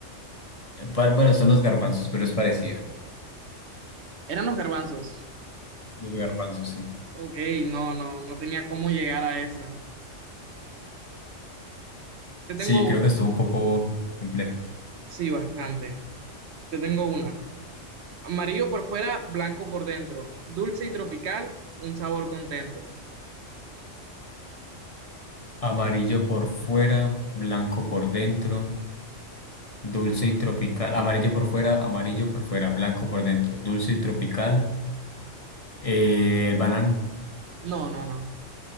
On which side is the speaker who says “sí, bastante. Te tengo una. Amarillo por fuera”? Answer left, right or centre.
Right